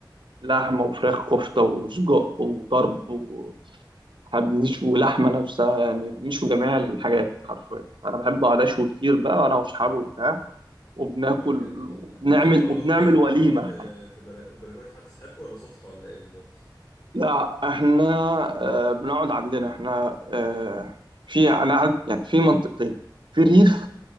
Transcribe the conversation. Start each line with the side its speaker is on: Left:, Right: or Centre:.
Right: لحمه وفراخ كفته وسجق وطرب وحب نشوي لحمه نفسها يعني بنشوي جميع الحاجات حرفيا انا بحب اقعد اشوي كتير بقى انا واصحابي وبتاع وبناكل
Left: طيب جامد والله
Right: وبنعمل
Left: بتروحوا تقعدوا
Right: وبنعمل
Left: فين
Right: وليمه
Left: بتقعدوا في في بلكو... بلكونة حد صاحبكم ولا سطح ولا ايه بالظبط
Right: لا احنا آه بنقعد عندنا احنا آه في انا قاعد- يعني في منطقتين في ريف